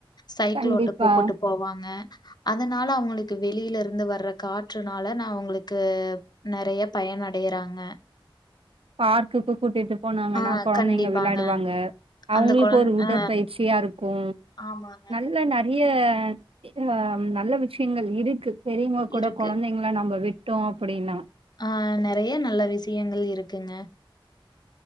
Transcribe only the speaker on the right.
கண்டிப்பா
பார்க்குக்கு கூட்டிட்டுப் போனாங்கன்னா
கொழந்தைங்க
விளாடுவாங்க அவுங்களுக்கு
ஒரு உடற்பயிற்சியா
இருக்கு
நல்ல
நெறய இத நல்ல விஷயங்கள் இருக்கு பெரியவுங்க கூட
கொழந்தைங்கள நம்ம விட் ட்டோ அப்டின்னா